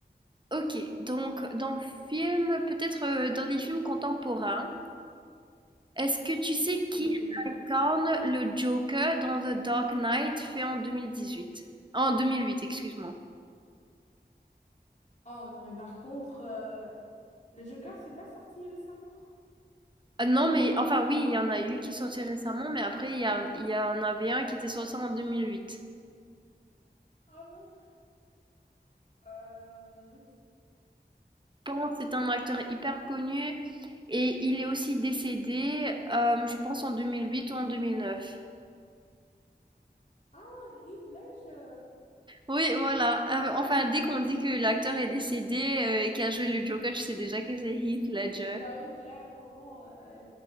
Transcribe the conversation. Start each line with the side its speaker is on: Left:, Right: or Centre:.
Right: Ok, donc dans film, peut-être euh, dans des films contemporains. Est-ce que tu sais qui
Left: Ok.
Right: incarne le Joker dans The Dark Knight fait en 2018? En 2008, excuse-moi.
Left: Oh non, mais par contre, euh, le Joker, c'est pas sorti récemment?
Right: Ah non, mais enfin oui, il y en a eu qui sont sortis récemment, mais après il y a, il y en avait un qui était sorti en 2008.
Left: Oh non. Euh...
Right: Bon, c'est un acteur hyper connu et il est aussi décédé, euh, je pense en 2008 ou en 2009.
Left: Ah, Heath Ledger.
Right: Oui, voilà. Euh, enfin, dès qu'on dit que l'acteur est décédé euh, et qu'il a joué le Joker, tu sais déjà que c'est Heath Ledger.
Left: Bah oui, là, vraiment... euh,